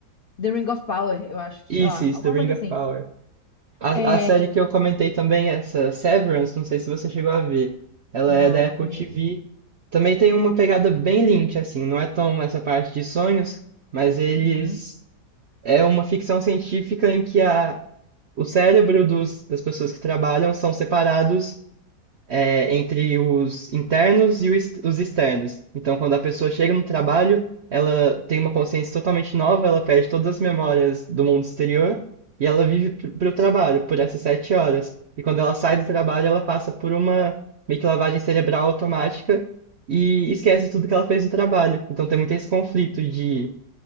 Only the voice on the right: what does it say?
Isso,
isso,
The Ring
of
Power. A,
a série que eu comentei também, essa Severance, não sei se você chegou a ver. Ela
é da
Apple
TV. Também tem uma pegada bem Lynch, assim, não é tão essa parte de sonhos, mas eles.
É uma ficção científica em que a, o cérebro dos, das pessoas que trabalham são separados é, entre os internos e o os externos. Então, quando a pessoa chega no trabalho, ela tem uma consciência totalmente nova, ela perde todas as memórias do mundo exterior e ela vive para o trabalho, por essas sete horas. E quando ela sai do trabalho, ela passa por uma meio que lavagem cerebral automática e esquece tudo que ela fez no trabalho. Então, tem muito esse conflito de